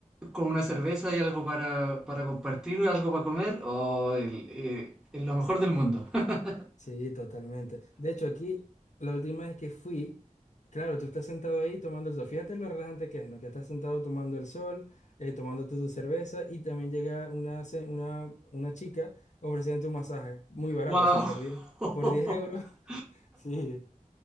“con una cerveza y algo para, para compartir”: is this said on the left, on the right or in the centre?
Centre